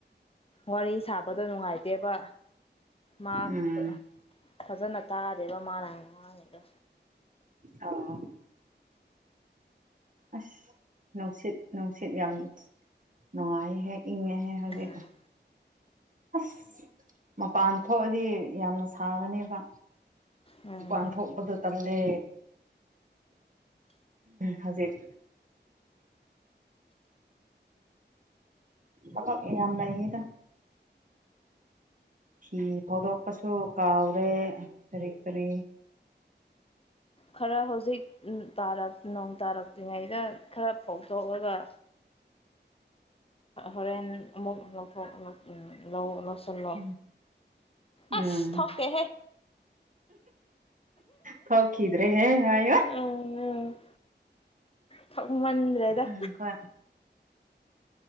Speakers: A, on the left; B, on the right.
A: ꯋꯥꯔꯤ ꯁꯥꯕꯗꯣ ꯅꯨꯡꯉꯥꯏꯇꯦꯕ ꯃꯍꯥꯛ
B: ꯎꯝ
A: ꯐꯖꯅ ꯇꯥꯗꯦꯕ ꯃꯥꯅ ꯉꯉꯥꯡꯉꯤꯗꯣ
B: ꯑꯣ ꯑꯁ ꯅꯨꯡꯁꯤꯠ ꯅꯨꯡꯁꯤꯠ ꯌꯥꯝ ꯅꯨꯡꯉꯥꯏꯍꯦꯛ ꯏ ꯍꯦ ꯍꯧꯖꯤꯛ
A: ꯎꯝ
B: ꯑꯁ ꯃꯄꯥꯟ ꯊꯣꯛꯑꯗꯤ ꯌꯥꯝꯅ ꯁꯥꯒꯅꯦꯕ
A: ꯎꯝ
B: ꯥꯟꯊꯣꯛꯕꯗ ꯇꯂꯦ ꯍꯧꯖꯤꯛ ꯑꯄꯣ ꯌꯥꯝ ꯂꯩꯗ ꯐꯤ ꯐꯥꯎꯗꯣꯛꯄꯁꯨ ꯀꯥꯎꯔꯦ ꯀꯔꯤ ꯀꯔꯤ
A: ꯈꯔ ꯍꯧꯖꯤꯛ ꯎ ꯇꯥꯔ ꯅꯣꯡ ꯇꯥꯔꯛꯇ꯭ꯔꯤꯉꯩꯗ ꯈꯔ ꯐꯧꯗꯣꯛꯑꯒ ꯍꯣꯔꯦꯟ ꯑꯃꯨꯛ ꯂꯧꯊꯣꯛ ꯂꯧ ꯂꯧꯁꯤꯜꯂꯣ
B: ꯎꯝ
A: ꯑꯁ
B: ꯎꯝ
A: ꯊꯀꯦ ꯍꯦ
B: ꯊꯈꯤꯗ꯭ꯔꯦ ꯍꯦ ꯍꯥꯏꯣ
A: ꯎꯝ ꯊꯛꯃꯟꯗ꯭ꯔꯦꯗ
B: ꯎꯝ ꯈꯣꯏ